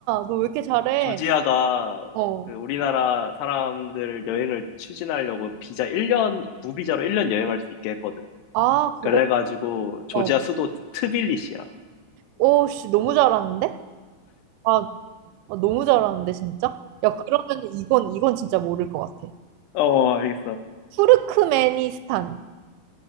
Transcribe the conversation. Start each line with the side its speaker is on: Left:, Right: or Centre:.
Right: 너 왜 이렇게 잘해?
Left: 조지아가
Right: 어.
Left: 그 우리나라 사람들 여행을 추진하려고 비자 1년, 무비자로 1년 여행할 수 있게 했거든.
Right: 아,
Left: 그래가지고
Right: 그래?
Left: 조지아
Right: 어.
Left: 수도 트빌리시야.
Right: 오, 씨, 너무 잘하는데? 아, 아, 너무 잘하는데, 진짜? 야, 그러면 이건, 이건 진짜 모를 것 같아.
Left: 어, 알겠어.
Right: 투르크메니스탄의